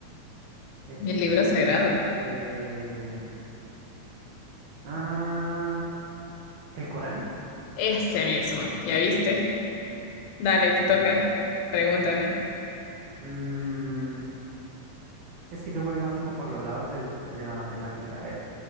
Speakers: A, on the right; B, on the left.
A: eh,
B: El libro sagrado.
A: eh, ah, ¿el Corán?
B: Ese mismo, ¿ya viste? Dale, te
A: Mm.
B: toca. Pregúntame.
A: Mm, es que yo me voy más como por los lados del- de, de la matemática. A ver,